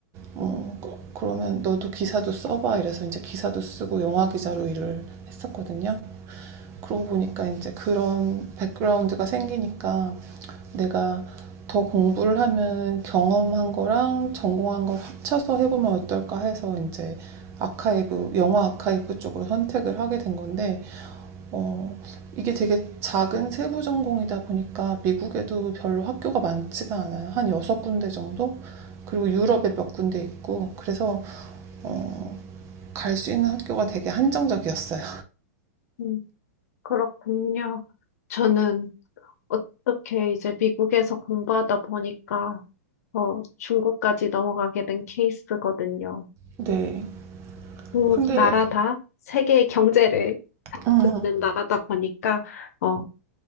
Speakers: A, on the right; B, on the left.
A: 어, 그- 그러면 너도 기사도 써봐 이래서 이제 기사도 쓰고 영화 기자로 일을 했었거든요. 그러고 보니까 이제 그런 백그라운드가 생기니까 내가 더 공부를 하면 경험한 거랑 전공한 걸 합쳐서 해보면 어떨까 해서 이제 아카이브, 영화 아카이브 쪽으로 선택을 하게 된 건데, 어, 이게 되게 작은 세부 전공이다 보니까 미국에도 별로 학교가 많지가 않아요. 한 여섯 군데 정도? 그리고 유럽에 몇 군데 있고, 그래서 어, 갈 수 있는 학교가 되게 한정적이었어요.
B: 음, 그렇군요. 저는 어떻게 이제 미국에서 공부하다 보니까 어, 중국까지 넘어가게 된 케이스거든요.
A: 네.
B: 국
A: 근데,
B: 나라 다 세계의 경제를 잡고
A: 음,
B: 있는
A: 음.
B: 나라다 보니까 어,